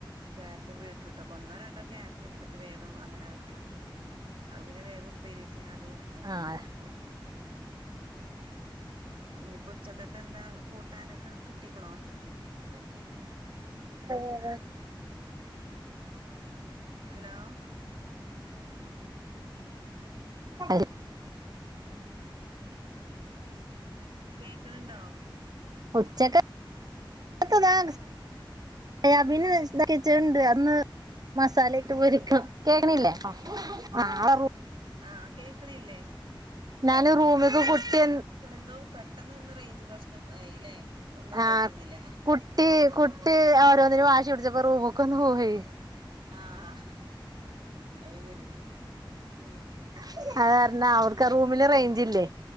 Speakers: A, on the right; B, on the right.
A: ക്യാരറ്റും ബീട്ടുറൂട്ടൊക്ക ഒന്നോ രണ്ടോ ക്യാരറ്റ് ഇടുത്തിട്ട് വേഗം അങ്ങനെ ആക്കിയേക്കും അത് പിന്നെ വേഗം ഉപ്പരി വെച്ച് അത് കൊടുത്തേക്കും
B: ആഹ്
A: ചെലപ്പോ ഇഞിപ്പോ ഉച്ചക്കത്തെ എന്താ കൂട്ടാനൊക്കെ കിട്ടിക്കണോ
B: പ
A: ഹലോ
B: <unintelligible>
A: കേക്ക്ണ്ണ്ണ്ടൊ
B: ഉച്ചക്കത്തതാ ഏഹ് അബിന് തയ്ച്ചതുണ്ട് അന്ന് മസാല ഇട്ട് പൊരിക്കും കേക്കണില്ലേ ആഹ്
A: ആഹ് കേൾക്ക്ണ്ല്ലേ
B: ഞാന് റൂമിക്ക് കുട്ടി
A: എന്തോ പെട്ടെന്ന് ഒന്ന് റേഞ്ച് പ്രശ്നം ആയില്ലേ ഒന്നും
B: ആഹ്
A: കേട്ടിന്നില്ല
B: കുട്ടി കുട്ടി ഓരോന്നിനു വാശി പിടിച്ചപ്പോ റൂമൊക്കൊന്ന് പോയി
A: ആഹ് അത് ശരി ഉം
B: അത് കാരണം അവർക്ക് റൂമില് റേഞ്ച് ഇല്ലേ